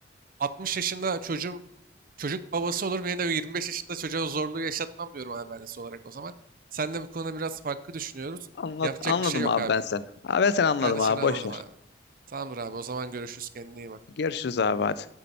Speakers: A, on the right; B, on the left.
A: 60 yaşında çocuğum Çocuk babası olurum yine de 25 yaşında çocuğa zorluğu yaşatmam diyorum abi ben de son olarak o zaman. Sen de bu konuda biraz farklı düşünüyoruz.
B: Anla-
A: Yapacak
B: anladım
A: bir şey yok
B: abi
A: abi.
B: ben seni. Abi ben seni anladım
A: Ben de seni
B: abi.
A: anladım
B: Boş ver.
A: abi. Tamamdır abi o zaman görüşürüz kendine iyi bak.
B: Görüşürüz abi hadi.